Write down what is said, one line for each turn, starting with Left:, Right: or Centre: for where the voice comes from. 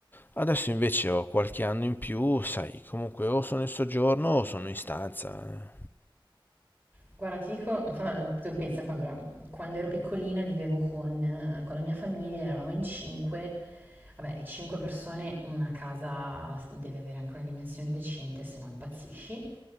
Left: Adesso invece ho qualche anno in più, sai, comunque o sono in soggiorno o sono in stanza.
Right: Guarda, ti dico, fa- tu pensa, qua, allora, quando ero piccolina vivevo con, eh, con la mia famiglia, eravamo in cinque, vabbè, cinque persone, una casa deve avere anche una dimensione decente, se no impazzisci.